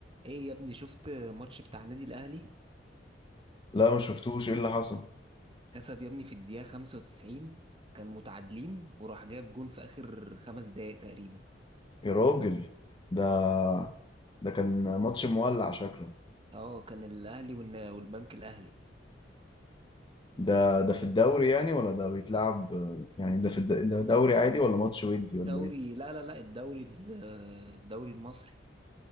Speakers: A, on the right; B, on the left.
A: ايه يا ابني شفت ماتش بتاع النادي الاهلي
B: لا ما شفتوش ايه اللي حصل
A: كسب يا ابني في الدقيقة 95 كان متعادلين وراح جايب جون في اخر خمس دقايق تقريبا
B: يا راجل ده ده كان ماتش مولع شكله
A: اه كان الاهلي والنا- والبنك الاهلي
B: ده ده في الدوري يعني ولا ده بيتلعب يعني ده في الد... ده دوري عادي ولا ماتش ودي
A: الدوري
B: ولا ايه
A: لا لا لا الدوري ال- الدوري المصري